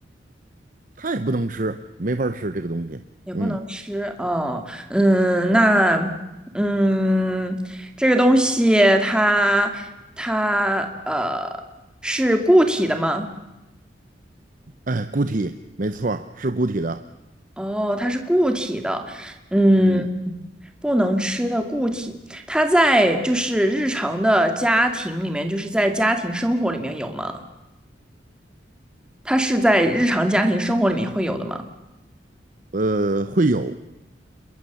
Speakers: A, on the right; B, in the centre.
A: 它也不能吃，没法儿吃这个东西，
B: 也不能吃哦，
A: 嗯，
B: 嗯，那嗯，这个东西它它呃是固体的吗？
A: 哎，固体，没错儿是固体的，
B: 哦，它是固体的，嗯，
A: 嗯，
B: 不能吃的固体，它在就是日常的家庭里面，就是在家庭生活里面有吗？它是在日常家庭生活里面会有的吗？
A: 呃，会有